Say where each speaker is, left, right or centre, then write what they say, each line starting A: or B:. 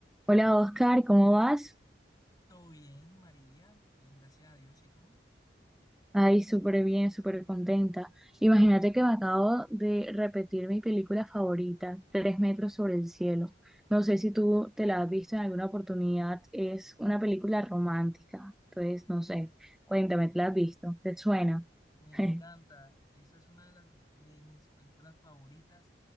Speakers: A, in the centre; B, on the left.
A: Hola Oscar, ¿cómo vas?
B: Todo bien, María, bien, gracias a Dios. ¿Y tú?
A: Ay, súper bien, súper contenta. Imagínate que me acabo de repetir mi película favorita, Tres metros sobre el cielo. No sé si tú te la has visto en alguna oportunidad, es una película romántica. Entonces, no sé, cuéntame, ¿te la has visto? ¿Te suena?
B: Me encanta,
A: <laughs>
B: esa es una de las de mis películas favoritas.